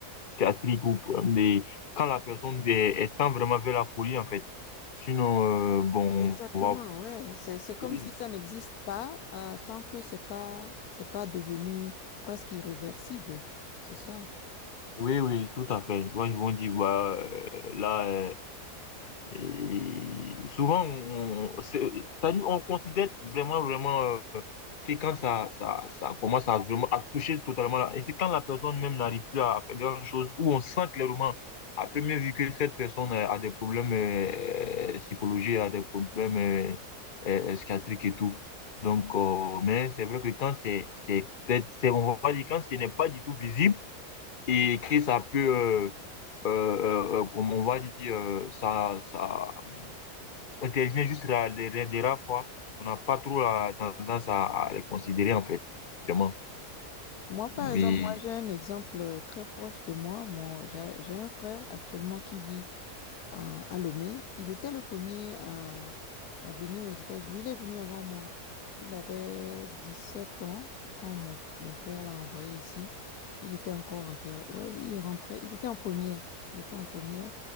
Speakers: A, on the left; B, on the left.
A: psychiatrique ou problème quand la personne est, est tend vraiment vers la folie, en fait. Sinon, euh, bon,
B: Exactement,
A: on va...
B: ouais. C'est, c'est comme
A: Oui,
B: si ça n'existe pas euh, tant que c'est pas, c'est pas devenu presque irréversible. C'est ça.
A: oui, oui, tout à fait. Bon, ils vont dire, bah, euh, là, euh, et souvent, on, on- c'est- c'est-à-dire, on considère vraiment, vraiment euh, que quand ça, ça, ça commence à vraiment à toucher totalement là. Et c'est quand la personne même n'arrive plus à à faire grand-chose, où on sent clairement, à première vue, que cette personne euh, a des problèmes euh, psychologiques, a des problèmes euh, euh, euh, psychiatriques et tout. Donc, euh, mais c'est vrai que quand c'est, c'est, peut-être- c'est, on va dire, quand ce n'est pas du tout visible et que ça peut, euh, euh, euh, euh, comme on va dire, euh, ça, ça, on intervient juste la- les, les- les rares fois. On n'a pas trop la tendance à, à les considérer, en fait, vraiment.
B: Moi, par
A: Mais,
B: exemple, moi, j'ai un exemple très proche de moi. Mon, j'ai, j'ai un frère actuellement qui vit à, à Lomé. Il était le premier à, à venir aux États-Unis. Lui, il est venu avant moi. Il avait dix sept ans quand mon, mon père l'a envoyé ici. Il était encore en terre. Ouais, il rentrait. Il était en première. Il était en première